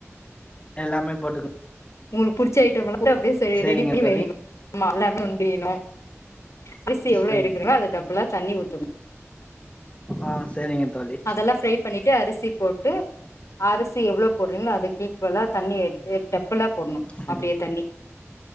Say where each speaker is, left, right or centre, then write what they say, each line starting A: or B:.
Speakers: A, on the left; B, on the left.
A: எல்லாமே போட்டுக்கொ
B: உங்களுக்கு புடிச்ச ஐட்டம் எல்லா ட்டு அப்டியே செ
A: சரிங்க
B: ரெடி பண்ணி
A: தோழி
B: வைங்கோ ஆமா எல்லாமே உண்டிணு அரிசி எவ்ளோ
A: சரி
B: எடுக்கீறீங்கோ அது டப்புல தண்ணி ஊத்துனு
A: ஆ செரிங்க தோழி
B: அதெல்லா ஃப்ரை பண்ணிட்டு அரிசி போட்டு அரிசு எவ்ளோவ் போட்றீங்களோ அதுக் ஈக்வெல்லா தண்ணி எடு எ டப்புள்ளா போடணு
A: சரிங்க
B: அப்பிடியே தண்ணி